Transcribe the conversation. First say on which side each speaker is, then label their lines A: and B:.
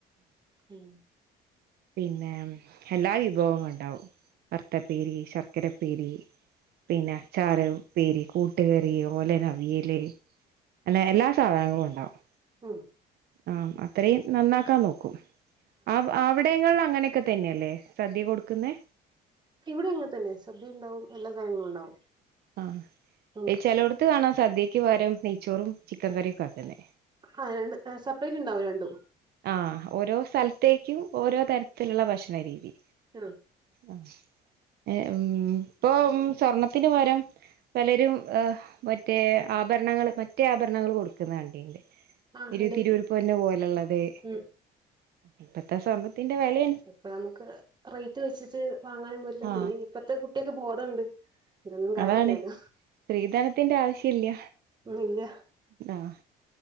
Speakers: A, on the right; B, on the right.
A: ഉം
B: പിന്നെം എല്ലാ വിഭവ <unintelligible> ണ്ടാവും വറ്ത്തപ്പേരി, ശർക്കരപ്പേരി. പിന്നെ അച്ചാറ് പ്പേരി, കൂട്ടുകറി, ഓലൻ, അവിയല് അങ്ങനെ എല്ലാ സാധനങ്ങളുണ്ടാവും.
A: ഉം
B: ആഹ് അത്രയും നന്നാക്കാൻ നോക്കും ആ ബ് ആഹ് ഇവടെങ്ങൾള്ളങ്ങനെക്കെ തന്നെല്ലേ സദ്യ കൊട്ക്ക്ന്നെ.
A: ഇവടെ അങ്ങൻ തെന്നെ സദ്യ ഉണ്ടാവും എല്ലാ കാര്യങ്ങളും ഉണ്ടാവും.
B: ആഹ്
A: ഉം
B: എഹ് ചെലോട്ത്ത് കാണാ സദ്യയ്ക്ക് പകരം നെയ്ച്ചോറും ചിക്കൻ കറ്യൊക്കാക്ക്ന്നേ
A: ആഹ് രണ്ട് സെപ്പറേറ്റ് ഉണ്ടാവും രണ്ടും
B: ആഹ് ഓരോ സ്ഥൽത്തേക്കും ഓരോ തരത്തില്ള്ള ഭക്ഷണരീതി
A: ഉം
B: ആഹ് എഹ് ഉം ഇപ്പൊ സ്വർണത്തിന് പകരം പലരും എഹ് മറ്റേ ആഭരണങ്ങള് മറ്റേ ആഭരണങ്ങള് കൊട്ക്ക്ന്നെ കണ്ടിണ്ട്.
A: ആഹ്
B: ഇരുത്തിരൂർപ്പ്
A: ഉണ്ട്
B: പൊന്ന് പോലള്ളത്
A: ഉം
B: ഇപ്പത്തെ സ്വർണ്ണത്തിന്റെ വെലെ
A: ഇപ്പം അമക്ക് റെയ്റ്റ് വെച്ച്ട്ട് വാങ്ങാനും പറ്റില്ല
B: ആഹ്
A: പിന്നെ ഇപ്പത്തെ കുട്ട്യെക്ക് ബോധണ്ട്. ഇതൊന്നും കാര്യല്ലാല്ലോ.
B: അതാണ് സ്ത്രീധനത്തിന്റെ ആവശ്യല്ല.
A: ഒന്നുല്ല
B: സാഹ്